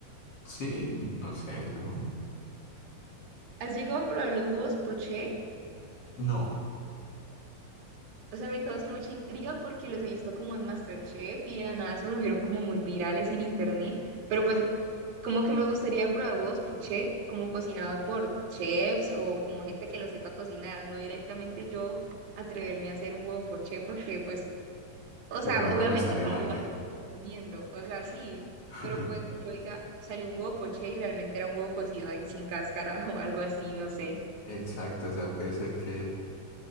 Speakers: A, on the left; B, on the right.
A: Sí, no sé, yo
B: ¿Has llegado a probar los huevos poché?
A: no.
B: O sea, me causa mucha intriga porque los he visto como en MasterChef y de la nada se volvieron como muy virales en internet. Pero pues, como que me gustaría probar huevos poché, como cocinado por chefs o como gente que lo sepa cocinar, no directamente yo atreverme a hacer un huevo poché porque pues, o sea,
A: De pronto
B: obviamente
A: me sale
B: me
A: mal.
B: lo voy a terminar comiendo, o sea, sí,
A: <laughs>
B: pero puede que yo diga, salió un huevo poché y realmente era un huevo cocido ahí sin cáscara <laughs> o algo así, no sé.
A: Exacto, o sea, puede ser que,